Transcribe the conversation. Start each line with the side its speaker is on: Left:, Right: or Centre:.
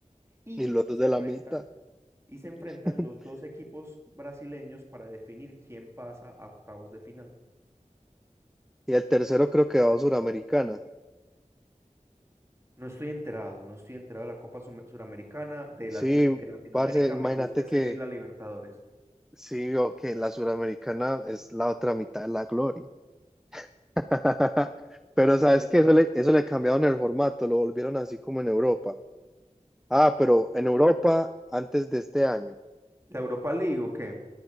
Right: y
Centre: y los dos
Right: se
Centre: de
Right: enfrentan,
Centre: la mitad.
Right: y se enfrentan
Centre: <laughs>
Right: los dos equipos brasileños para definir quién pasa a octavos de final.
Centre: Y el tercero creo que va a Suramericana.
Right: No estoy enterado, no estoy enterado de la Copa Sume- Suramericana, de,
Centre: Sí,
Right: Lati- de Latinoamérica,
Centre: parce, imagínate
Right: me gusta
Centre: que
Right: seguir la Libertadores.
Centre: sí, o que la Suramericana es la otra mitad de la gloria. <laughs> Pero
Right: También
Centre: sabes que
Right: es
Centre: eso
Right: cierto.
Centre: le, eso le cambiaron el formato, lo volvieron así como en Europa. Ah, pero en Europa antes de este año.
Right: ¿La Europa League o qué?